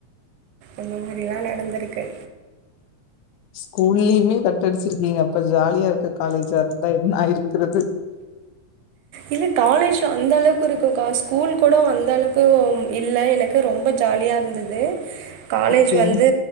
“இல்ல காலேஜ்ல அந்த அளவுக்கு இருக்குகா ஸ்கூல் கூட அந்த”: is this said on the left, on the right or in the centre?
Right